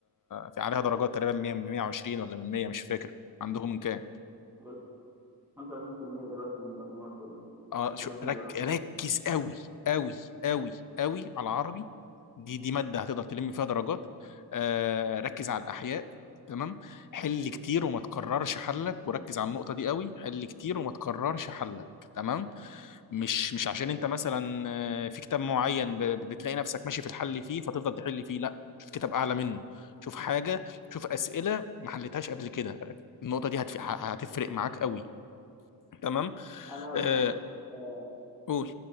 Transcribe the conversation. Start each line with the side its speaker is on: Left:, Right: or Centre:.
Left: في عليها درجات تقريبا 100 من 120 ولا من 100 مش فاكر عندهم من كام
Centre: دلوقتي 25% دلوقتي من المجموع كله
Left: اه شو
Centre: 80
Left: رك
Centre: درجة
Left: ركز قوي قوي قوي قوي على العربي دي دي ماده هتقدر تلم فيها درجات آه ركز على الاحياء تمام حل كتير وما تكررش حلك وركز على النقطه دي قوي حل كتير وما تكررش حلك تمام مش مش عشان انت مثلا آه، في كتاب معين ب- ب- بتلاقي نفسك ماشي في الحل فيه فتفضل تحل فيه لا شوف كتاب اعلى منه شوف حاجه شوف اسئله ما حلتهاش قبل كده النقطه دي هتف- هتفرق معاك قوي تمام
Centre: أنا بحب
Left: آه
Centre: آه،
Left: قول